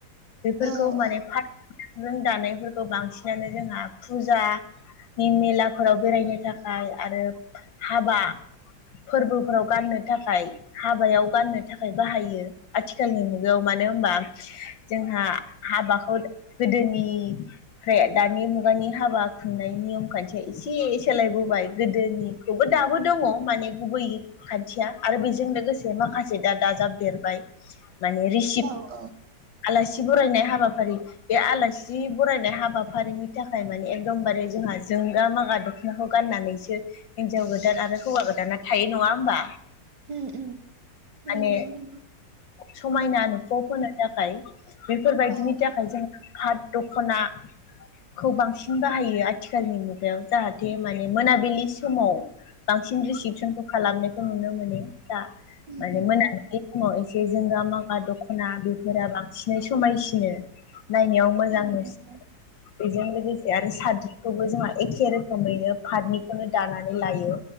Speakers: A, on the left; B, on the right.
A: बेफोरखौ
B: औ
A: माने
B: औ
A: फात <unintelligible> दानायफोरखौ बांसिनानो जोंहा फुजा नि मेलाफोराव बेरायनो थाखाय आरो हाबा फोरबोफोराव गाननो थाखाय हाबायाव गाननो थाखाय बाहायो आथिखालनि मुगायाव मानो होमबा जोंहा हाबाखौ गोदोनि फ्राय दानि मुगानि हाबा खुंनायनि नियम खान्थिया एसे सोलायबोबाय गोदोनि खौबो दाबो दङ' माने गुबै खान्थिया आरो बेजों लोगोसे माखासे दा दाजाबदेरबाय माने रि
B: औ औ
A: आलासि बरायनाय हाबाफारि बे आलासि बरायनाय हाबाफारिनि थाखाय माने एकदमबारे जोंहा जोंगा-मागा दख'नाखौ गाननानैसो हिनजाव गोदान आरो हौवा गोदाना थायो नङा होमबा?
B: उम उम
A: माने
B: नंगौ नंगौ
A: समायना
B: उम
A: नुफब होनो थाखाय बेफोरबायदिनि
B: औ
A: थाखाय जों पाट दख'ना खौ बांसिन बाहायो थिखालनि मुगायाव जाहाथे माने मोनाबिलि समाव बांसिन रिसिपसनखौ खालामनायखौ नुनो मोनो। दा
B: उम
A: माने
B: उम
A: मोनाबिलि
B: उम
A: समाव एसे जोंगा-मागा दख'ना बे फोरा बांसिनै समायसिनो नायनायाव मोजां
B: औ
A: नुसिनो
B: नंगौ
A: बेजों लोगोसे आरो साद्रिखौबो जोंहा एखे रोखोमैनो पाटनिखौनो दानानै लायो